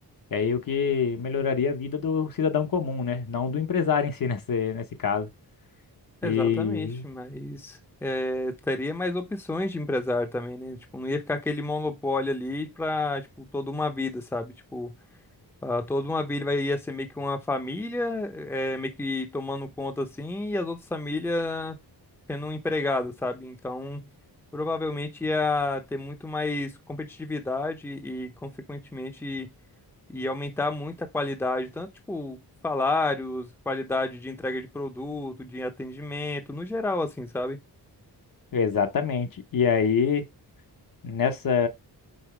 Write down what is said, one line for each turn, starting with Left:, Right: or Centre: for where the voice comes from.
Left: E aí o que melhoraria a vida do cidadão comum, né? Não do empresário em si nesse, nesse caso.
Centre: Exatamente,
Left: E
Centre: mas eh, teria mais opções de empresário também, né? Tipo, não ia ficar aquele monopólio ali pra, tipo, toda uma vida, sabe? Tipo, Ah, toda uma vila vai- ia ser meio que uma família, é, meio que tomando conta assim, e as outras famílias sendo empregadas, sabe? Então, provavelmente ia ter muito mais competitividade e, consequentemente, ia aumentar muito a qualidade, tanto tipo salários, qualidade de entrega de produto, de atendimento, no geral, assim, sabe?
Left: exatamente. E aí, nessa.